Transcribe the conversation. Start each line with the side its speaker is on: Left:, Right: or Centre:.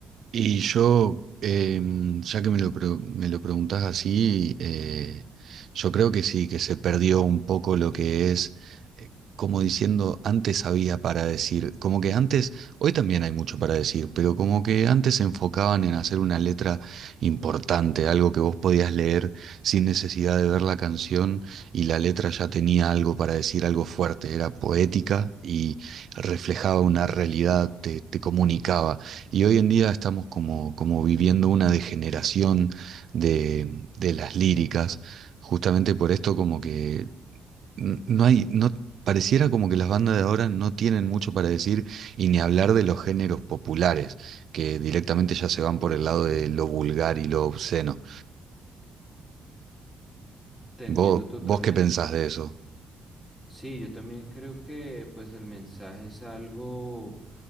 Right: Y yo, em, ya que me lo, pre- me lo preguntás así, eh, yo creo que sí, que se perdió un poco lo que es, eh, como diciendo, antes había para decir, como que antes, hoy también hay mucho para decir, pero como que antes se enfocaban en hacer una letra importante, algo que vos podías leer sin necesidad de ver la canción y la letra ya tenía algo para decir, algo fuerte, era poética y reflejaba una realidad, te te comunicaba. Y hoy en día estamos como, como viviendo una degeneración de, de las líricas, justamente por esto como que n- no hay, no, pareciera como que las bandas de ahora no tienen mucho para decir y ni hablar de los géneros populares, que directamente ya se van por el lado de lo vulgar y lo obsceno.
Left: Te entiendo
Right: ¿Vos,
Left: totalmente.
Right: vos qué pensás de eso?
Left: Sí, yo también creo que pues el mensaje es algo